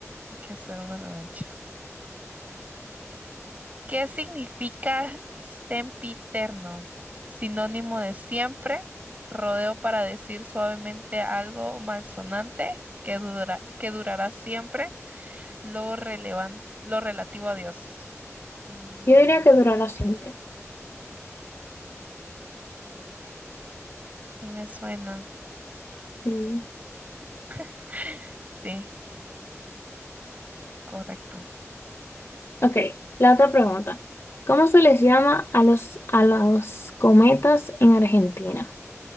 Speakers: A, on the right (about 30°); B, on the left (about 55°).
A: hay que hacer una revancha. ¿Qué significa sempiterno? Sinónimo de siempre, rodeo para decir suavemente algo malsonante que dura- que durará siempre, lo relevan- lo relativo a Dios. Mm,
B: Yo diría que durará siempre.
A: sí me suena.
B: Sí.
A: <laughs> Sí, correcto.
B: Ok. La otra pregunta. ¿Cómo se les llama a los, a los cometas en Argentina?